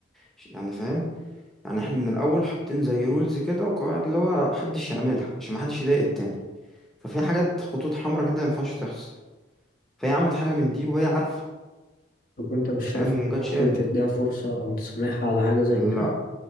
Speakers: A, in the centre; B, on the left.
A: ش- يعني فاهم يعني إحنا من الأول حاطين زي رولز كده وقواعد اللي هو محدش يعملها عشان محدش يضايق التاني ففي حاجات خطوط حمراء كده ما ينفعش تحصل فهي عملت حاجة من دي وهي عارفة
B: طب انت مش شايف
A: فاهم ومجتش
B: ان ممكن
A: قالت
B: تديها فرصة او تسامحها على حاجة زي كده
A: لا